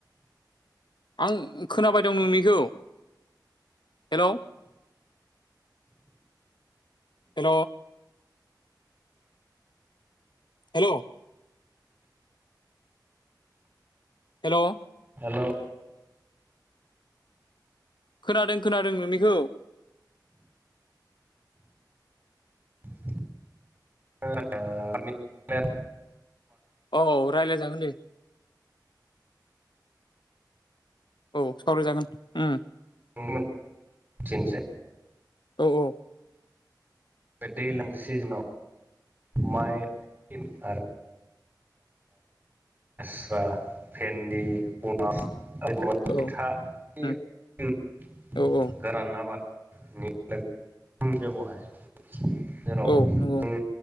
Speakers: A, on the left (about 80°); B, on the right (about 25°).
A: आं खोनाबाय दं नोंनिखौ हेल' हेल' हेल' हेल'
B: हेल'
A: खोनादों खोनादों नोंनिखौ
B: <unintelligible>
A: औ रायलायजागोन दे औ सावराय जागोन उम
B: <unintelligible>
A: औ -औ।
B: बे दैज्लां सिजोनाव माइ आरो <unintelligible> लेस्रा फेनदि <unintelligible>
A: औ
B: एथा
A: उम
B: <inaudible>
A: औ औ
B: गोरान आबादनि बेबहाय <unintelligible> जेराव
A: औ नंगौ
B: जों